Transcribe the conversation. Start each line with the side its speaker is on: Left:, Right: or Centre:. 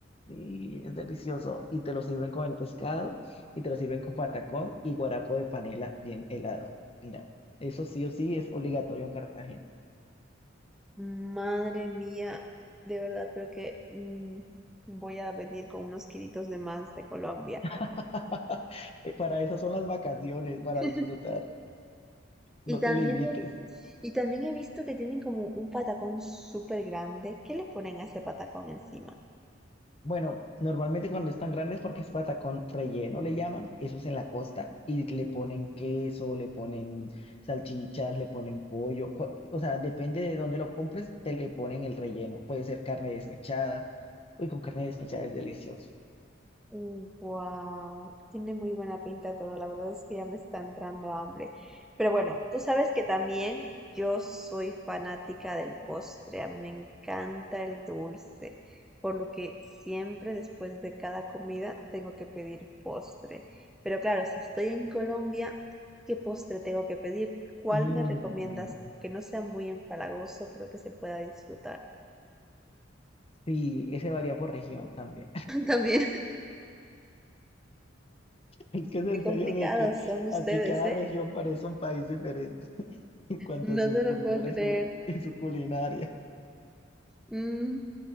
Left: Sí, es delicioso. Y te lo sirven con el pescado y te lo sirven con patacón y guarapo de panela bien helado. Mira, eso sí o sí es obligatorio en Cartagena.
Centre: Madre mía, de verdad creo que mm, voy a venir con unos kilitos de más de Colombia.
Left: <laughs> Para eso son las vacaciones, para
Centre: <laughs>
Left: disfrutar. No
Centre: Y también
Left: te limites.
Centre: he, y también he visto que tienen como un patacón súper grande. ¿Qué le ponen a ese patacón encima?
Left: Bueno, normalmente cuando están grandes porque es patacón relleno, le llaman, eso es en la costa, y le ponen queso, le ponen salchichas, le ponen pollo, cua- o sea, depende de dónde lo compres, te le ponen el relleno, puede ser carne desmechada, uy, con carne desmechada es delicioso.
Centre: Wow, tiene muy buena pinta todo, la verdad es que ya me está entrando hambre. Pero bueno, tú sabes que también yo soy fanática del postre, a mí me encanta el dulce, por lo que siempre después de cada comida tengo que pedir postre. Pero claro, si estoy en Colombia, ¿qué postre tengo que pedir? ¿Cuál
Left: Mm,
Centre: me recomiendas? Que no sea muy empalagoso, pero que se pueda disfrutar.
Left: Sí, ese varía por región también. <laughs>
Centre: <laughs> También,
Left: Es que es en
Centre: qué complicados
Left: serio de que
Centre: son ustedes,
Left: aquí cada
Centre: ¿eh?
Left: región parece un país diferente <laughs> en cuanto
Centre: No
Left: a su
Centre: te lo
Left: cultura
Centre: puedo creer.
Left: y su, y su culinaria.
Centre: Mm,